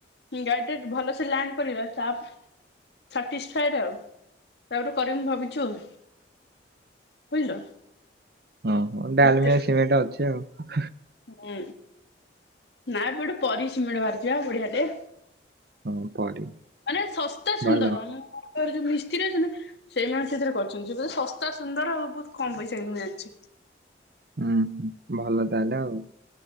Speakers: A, on the left; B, on the right.
A: ଗାଇଡ ଭଲସେ ଲ୍ୟାଣ୍ଡ କରିଲା ତା ସାଟିଶଫାଜଡ ଆଉ ତାପରେ କରିବି ଭାବିଛୁ ଆଉ। ବୁଝିଲ?
B: ଓ ହୋ ଡାଲମିଆ
A: କେତେ
B: ସିମେଣ୍ଟ ଅଛି ଆଉ।
A: ହୁଁ। ନା ଏଟେ ପରି ସିମେଣ୍ଟ ବାହାରିି ପା ବଢିଆଟେ।
B: ହଁ ପରିବା
A: ମାନେ ଶସ୍ତା ସୁନ୍ଦରର
B: ଭଲ ହୁଁ
A: ଯୋଉ ମିସ୍ତ୍ରୀ ଅଛନ୍ତି ନା ସେଇମାନେ ସେଥିରେ କରିଛନ୍ତି ବେ ଶସ୍ତା ସୁନ୍ଦର ଆଉ ବହୁତ କମ ପଇସା କିନ୍ତୁ ମୁଁ ଜାଣିଛି।
B: ହୁଁ ହୁଁ ଭଲ ତାହେଲେ ଆଉ।